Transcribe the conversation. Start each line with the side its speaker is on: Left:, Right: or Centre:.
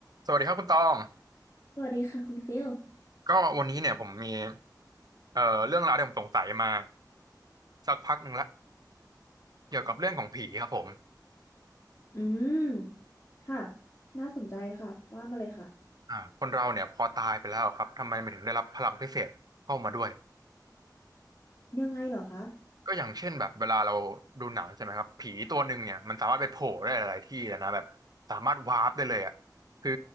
Right: สวัสดีครับคุณตอง
Left: สวัสดีค่ะคุณฟิล
Right: ก็วันนี้เนี่ยผมมีเอ่อเรื่องราวที่ผมสงสัยมาสักพักหนึ่งละเกี่ยวกับเรื่องของผีครับผม
Left: อืมค่ะน่าสนใจค่ะว่ามาเลยค่ะ
Right: อ่าคนเราเนี่ยพอตายไปแล้วครับทำไมมันถึงได้รับพลังพิเศษเข้ามาด้วย
Left: ยังไงเหรอคะ
Right: ก็อย่างเช่นแบบเวลาเราดูหนังใช่ไหมครับผีตัวหนึ่งเนี่ยมันสามารถไปโผล่ได้หลายๆที่เลยนะแบบสามารถวาร์ปได้เลยอ่ะคือ